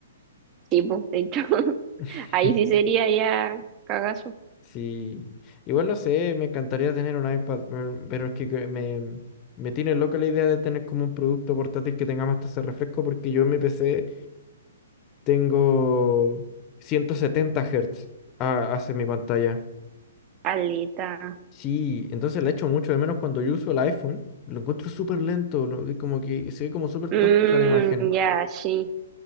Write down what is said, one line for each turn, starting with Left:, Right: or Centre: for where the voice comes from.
Right: Sí, pues, de hecho, <laughs>
Left: <laughs>
Right: ahí sí sería ya cagazo.
Left: Sí, igual no sé, me encantaría tener un iPad, mer- pero es que que me, me tiene loca la idea de tener como un producto portátil que tenga más tasa de refresco porque yo en mi PC tengo 170 Hz a- hacia mi pantalla.
Right: Aleta.
Left: Sí, entonces la echo mucho de menos cuando yo uso el iPhone. Lo encuentro súper lento, lo- como que se ve como súper tosca
Right: Mm,
Left: la imagen.
Right: ya, sí,